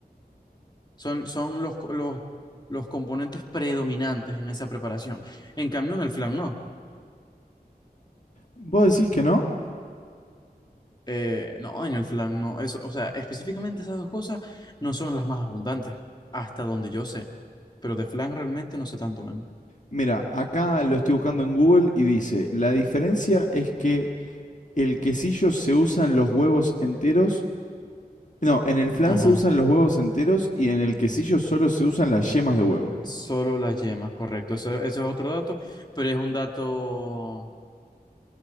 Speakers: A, on the left (about 25°); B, on the left (about 50°).
A: Son, son los, co- los, los componentes predominantes en esa preparación. En cambio, en el flan no.
B: ¿Vos decís que no?
A: Eh, no, en el flan no. Eso, o sea, específicamente esas dos cosas no son las más abundantes, hasta donde yo sé. Pero de flan realmente no sé tanto, men.
B: Mira, acá lo estoy buscando en Google y dice, la diferencia es que el quesillo se usan los huevos enteros. No, en el flan
A: Ajá.
B: se usan los huevos enteros y en el quesillo solo se usan las yemas de huevo.
A: Solo las yemas, correcto. Eso, eso es otro dato, pero es un dato,